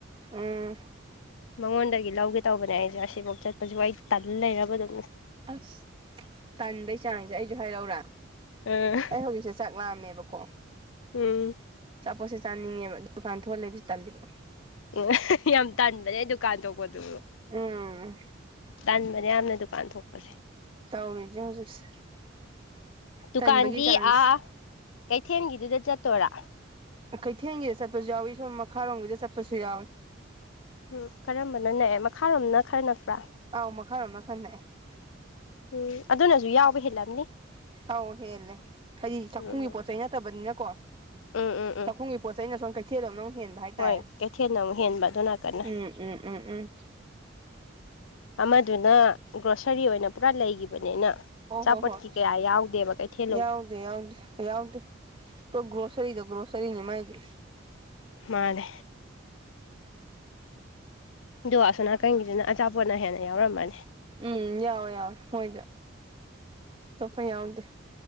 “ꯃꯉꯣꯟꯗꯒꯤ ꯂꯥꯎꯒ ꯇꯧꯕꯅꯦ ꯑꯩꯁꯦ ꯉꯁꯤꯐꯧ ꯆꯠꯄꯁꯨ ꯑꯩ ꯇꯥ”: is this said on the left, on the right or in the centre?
Left